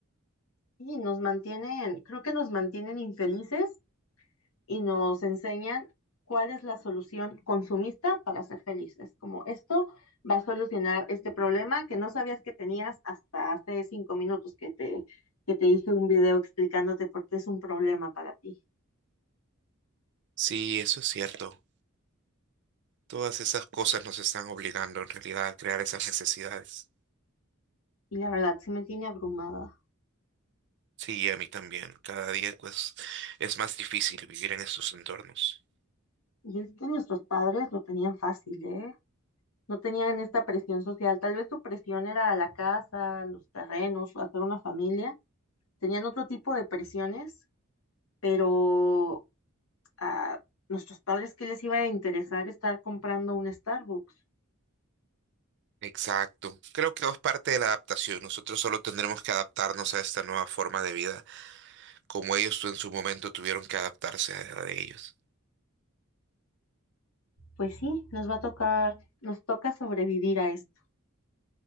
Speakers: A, on the left; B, on the right.
A: y nos mantienen, creo que nos mantienen infelices y nos enseñan cuál es la solución consumista para ser feliz. Es como esto va a solucionar este problema que no sabías que tenías hasta hace cinco minutos que te, que te hice un video explicándote por qué es un problema para ti.
B: Sí, eso es cierto. Todas esas cosas nos están obligando en realidad a crear esas necesidades.
A: Y la verdad, sí me tiene abrumada.
B: Sí, y a mí también. Cada día pues es más difícil vivir en estos entornos.
A: Y es que nuestros padres lo tenían fácil, ¿eh? No tenían esta presión social. Tal vez su presión era la casa, los terrenos, hacer una familia. Tenían otro tipo de presiones, pero a nuestros padres que les iba a interesar estar comprando un Starbucks.
B: Exacto. Creo que es parte de la adaptación. Nosotros solo tendremos que adaptarnos a esta nueva forma de vida, como ellos en su momento tuvieron que adaptarse a la de ellos.
A: Pues sí, nos va a tocar, nos toca sobrevivir a esto.